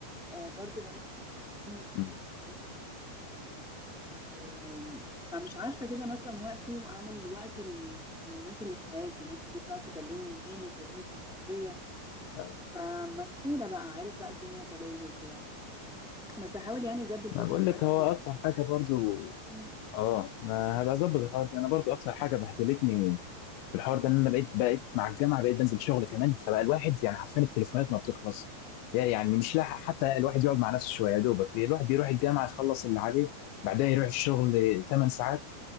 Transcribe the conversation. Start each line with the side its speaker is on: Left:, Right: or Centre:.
Centre: آه، برضو بروح جيم جديد
Left: امم
Centre: برضو اخد وقتي آم، فمش عارفه كده انظم وقتي واعمل وقت ال- للناس اللي في حياتي ناس كتير تقعد تكلمني فينك يا بنتي مختفيه
Left: أيوة.
Centre: فمسحولة بقى عارف بقى الدنيا تلاهي وكده بس هحاول يعني بجد الفترة
Left: ما بقول
Centre: الجاية
Left: لك هو اكتر حاجه برضو
Centre: مم.
Left: اه ما هبقى اظبط الحوار ده انا برضو اكتر حاجه بهدلتني في الحوار ده ان انا بقيت بقيت مع الجامعه بقيت بنزل شغل كمان فبقى الواحد يعني حرفيا التليفونات ما بتخلص يعني مش لاحق حتى الواحد يقعد مع نفسه شويه يا دوبك الواحد بيروح الجامعه يخلص اللي عليه بعدها يروح الشغل 8 ساعات